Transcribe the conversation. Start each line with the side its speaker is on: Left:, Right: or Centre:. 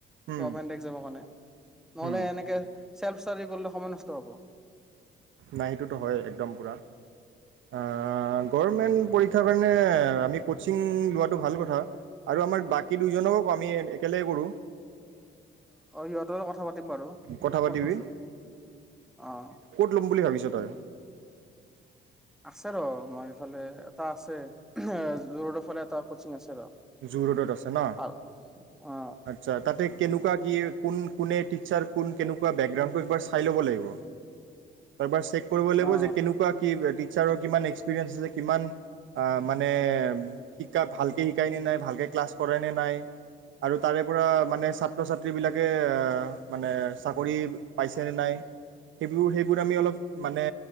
Right: উম
Centre: গভৰ্মেন্ট এক্জামৰ কাৰণে। নহলে
Right: উম
Centre: এনেকে চেল্ফ ষ্টাডি কল্লে সময় নষ্ট হব।
Right: নাই সেইটোতো হয় একদম পুৰা আ অ, গৰমেণ্ট পৰি <unintelligible> কাৰণে আমি কচিং লোৱাটো ভাল কথা আৰু আমাৰ বাকী দুইজনকো আমি একেলগে কৰোঁ।
Centre: অ সিহঁতৰ লগত কথা পাতিম বাৰু।
Right: কথা
Centre: তোক
Right: পাতিবি
Centre: ফোন কৰছোঁ অ
Right: ত লম বুলি ভাবিছ তই?
Centre: আছে ৰ আমাৰ এইফালে এটা আছে এ জু ৰোডৰ ফালে এটা কচিং আছে ৰ।
Right: জু ৰোডত আছে ন?
Centre: আৰু অ
Right: আচ্ছা তাতে কেনেকুৱা কি কোন কোনে টিচাৰ কোন কেনেকুৱা বেকগ্ৰাউণ্ডটো এবাৰ চাই লব লাগিব। এবাৰ চা চেক কৰিব লাগিব
Centre: অ
Right: যে কেনেকুৱা কি টিচাৰৰ কিমান এক্স <unintelligible> আছে যে কিমান আ মানে শিকা ভালকে শি নাই-নাই-নাই ভাল <unintelligible> ক্লাছ কৰে নে নাই আৰু তাৰে পৰা মানে ছাত্ৰ-ছাত্ৰীবিলাকে এএ মানে চাকৰি পাইছেনে নাই সেইবোৰ-সেইবোৰ আমি অলপ মানে